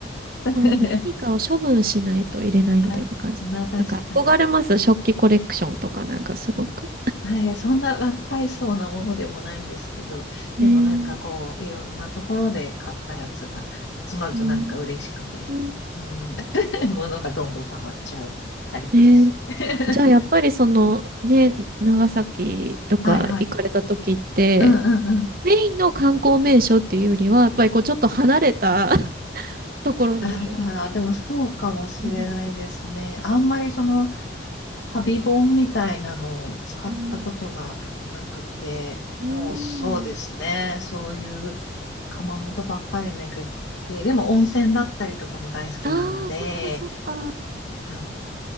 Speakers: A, on the left; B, on the right.
A: <laughs>
B: そう何かを処分しないと入れないみたいな感じ。
A: あ、まあ確かに。
B: だから、憧れます。食器コレクションとかなんかすごく。
A: はい、いやそんな大層なものでもないんですけど、でもなんかこう、
B: ええ
A: いろんなところで買ったやつが集まるとなんか嬉しくて、
B: うん。うん
A: うん、<laughs> 物がどんどん溜まっちゃうタイプです。
B: えー
A: <laughs>
B: じゃあやっぱりそのね、長崎とか行かれた時って、
A: はいはい。うんうんうん。
B: メインの観光名所っていうよりは、やっぱりこうちょっと離れた <laughs> ところに
A: ああ、でもそうかもしれないですね。
B: 行かれるのかな。
A: あんまりその旅本みたいなのを使ったことがなくて、
B: うん。うん。
A: もうそうですね。そういう窯元ばっかり巡って、でも温泉だったりとかも大好きなので、
B: ああ、そっかそっか。
A: あの、